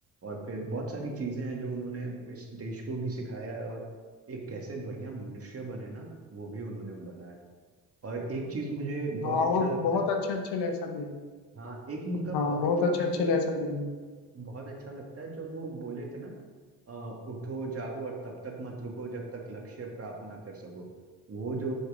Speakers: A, on the right; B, on the left.
A: और फिर बहुत सारी चीजें हैं जो उन्होंने इस देश को भी सिखाया है और एक कैसे बढ़िया मनुष्य बने ना वो भी उन्होंने बताया और एक चीज मुझे बहुत
B: हाँ
A: अच्छा
B: और
A: लगता
B: बहुत
A: है
B: अच्छे अच्छे लेसन भी हैं
A: हाँ एक उनका
B: हाँ
A: बहुत
B: बहुत
A: अच्छा
B: अच्छे
A: मेरे
B: अच्छे
A: को
B: लेसन भी हैं
A: बहुत अच्छा लगता है जब वो बोले थे ना अ, उठो जागो और तब तक मत रुको जब तक लक्ष्य प्राप्त ना कर सको वो जो